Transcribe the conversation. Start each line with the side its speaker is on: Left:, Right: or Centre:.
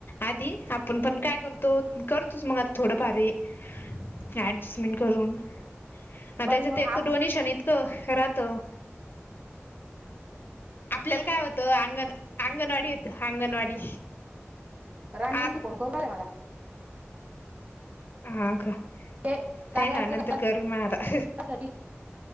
Left: आधी आपण पण काय करतो करतोच मग आता थोडं फार हे डजस्मेंट करून त्याच्या
Right: पण मग
Left: एक तर डोनेशन इतकं राहतं
Right: हम्
Left: आपल्याला काय होतं अंगण अंगणवाडी होते अंगणवाडी
Right: राणी
Left: आत
Right: यांनीी फोन करूला आहे मला
Left: हा का
Right: ते कार्या
Left: त्या ना
Right: ॲपच
Left: नंतर करून मणा आता
Right: साठी